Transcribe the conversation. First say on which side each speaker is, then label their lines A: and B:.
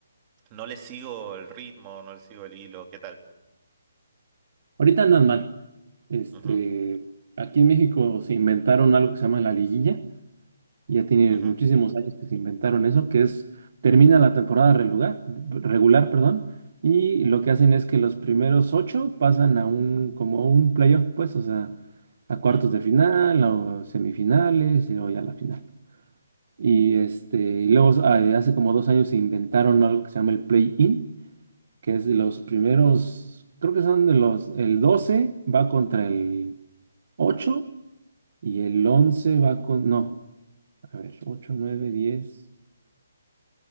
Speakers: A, on the right (about 20°); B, on the right (about 50°).
A: no le sigo el ritmo, no le sigo el hilo, ¿qué tal?
B: Ahorita andan mal. Este,
A: Ujú,
B: aquí en México se inventaron algo que se llama la liguilla Ya tiene
A: ujú,
B: muchísimos años que se inventaron eso, que es, termina la temporada relugar- regular, perdón, y lo que hacen es que los primeros ocho pasan a un, como un playoff, pues, o sea, a cuartos
A: ujú,
B: de final, o semifinales, y luego ya la final. Y este, y luego ah, hace como dos años se inventaron algo que se llama el play-in, que es de los primeros, creo que son de los, el 12 va contra el 8 y el 11 va con, no, a ver, 8 9 10